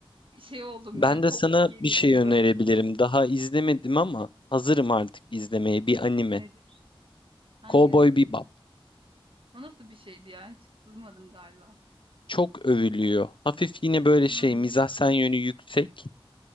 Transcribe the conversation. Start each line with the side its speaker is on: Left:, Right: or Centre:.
Right: Şey oldum
Left: Ben
Right: yani çok
Left: de sana
Right: gerildim
Left: bir şey önerebilirim.
Right: böyle.
Left: Daha izlemedim ama hazırım artık izlemeye. Bir anime.
Right: Nedir? Hangi
Left: Cowboy
Right: anime?
Left: Bebop.
Right: O nasıl bir şeydi ya? Hiç duymadım galiba.
Left: Çok övülüyor. Hafif yine böyle
Right: Hmm,
Left: şey mizahsen yönü yüksek.